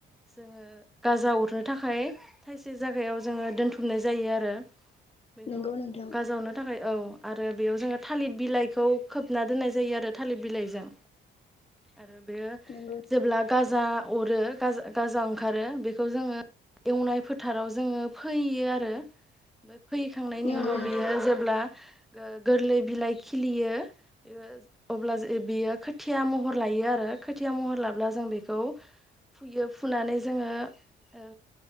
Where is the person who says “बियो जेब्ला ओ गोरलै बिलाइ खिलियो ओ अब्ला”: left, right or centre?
Centre